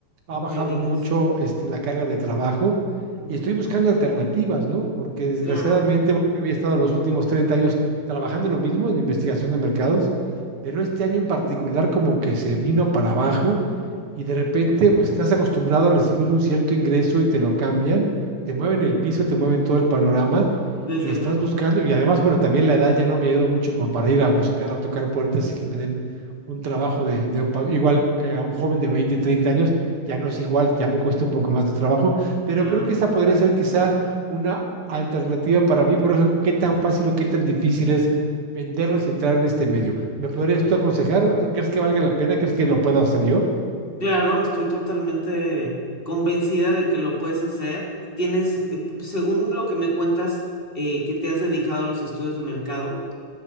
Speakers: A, on the right (about 80°); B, on the left (about 25°).
A: Ha
B: no
A: bajado
B: me digas.
A: mucho este, la carga de trabajo
B: Ujú,
A: y estoy buscando alternativas, ¿no? Porque desgraciadamente,
B: Claro,
A: bueno, yo había estado los últimos 30 años trabajando en lo mismo, en investigación de mercados, pero este año en particular como que se vino para abajo y de repente pues estás acostumbrado a recibir un cierto ingreso y te lo cambian, te mueven el piso, te mueven todo el panorama
B: desde
A: y estás
B: luego,
A: buscando y además, bueno, también la edad ya no me ayuda mucho como para ir a buscar, a tocar puertas y que me den un trabajo de, de pa- igual que a un joven de 20 30 años, ya no es igual, ya me cuesta un poco más de trabajo, pero
B: claro.
A: creo que esa podría ser quizá una alternativa para mí, por eso qué tan fácil o qué tan difícil es venderlos y entrar en este medio. ¿Me podrías tú aconsejar? ¿Crees que valga la pena? ¿Crees que lo pueda hacer yo?
B: Claro, estoy totalmente convencida de que lo puedes hacer. Tienes, eh, p- según lo que me cuentas, eh, que te has dedicado a los estudios de mercado,